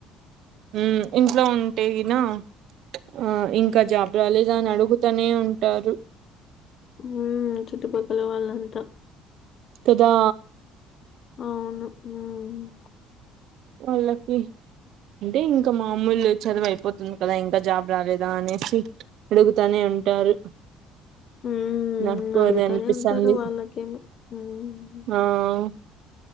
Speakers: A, on the right; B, on the left.
A: ఉమ్మ్ ఇంట్లో ఉంటే గినా ఆ ఇంకా జాబ్ రాలేదా అని అడుగు తానే ఉంటారు
B: ఉమ్మ్ చుట్టుపక్కల వాళ్ళంతా
A: కదా
B: అవును ఉమ్మ్
A: వాళ్లకి అంటే ఇంకా మామూలు చదువు అయిపోతుంది కదా ఇంకా జాబ్ రాలేదా అనేసి అడుగుతానే ఉంటారు
B: ఉమ్మ్
A: నాకు
B: అడుగుతానే
A: అది అనిపిస్తుంది
B: ఉంటారు వాళ్ళకేమి ఉమ్మ్
A: ఆ